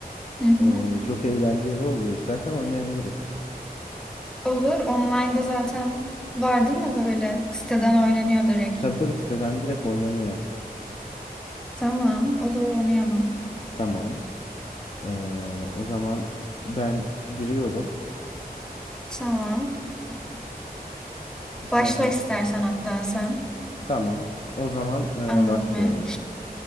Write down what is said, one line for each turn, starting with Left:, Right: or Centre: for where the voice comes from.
Centre: Hı hı.
Left: Ee, çok eğlenceli oluyor. İstersen oynayabiliriz.
Centre: Olur, online'da zaten var değil mi böyle? Siteden oynanıyor direkt.
Left: Tabii tabii siteden direkt oynanıyor.
Centre: Tamam, olur oynayalım.
Left: Tamam. Ee, o zaman ben giriyorum.
Centre: Tamam.
Left: İstersen
Centre: Başla istersen hatta sen
Left: tamam. O zaman
Centre: anlatmaya.
Left: e, başlıyorum.